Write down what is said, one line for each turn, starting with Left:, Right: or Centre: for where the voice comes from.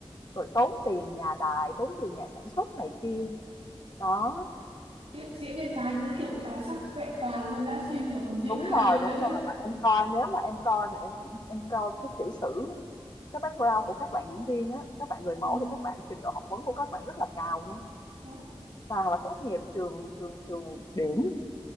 Left: Rồi tốn tiền nhà đài, tốn tiền nhà sản xuất này kia. Đó,
Right: chứ diễn viên Thái đúng kiểu tài sắc vẹn toàn luôn đã xinh rồi còn diễn
Left: đúng
Right: hay
Left: rồi,
Right: nữa
Left: đúng
Right: chứ
Left: rồi. Mà em coi nếu mà em coi mà em kiểm em coi cái tiểu sử cái background của các bạn diễn viên á, các bạn người mẫu
Right: Ừ.
Left: thì các bạn trình độ học vấn của các bạn rất là cao nha.
Right: Đó.
Left: Toàn là tốt nghiệp trường trường trường điểm,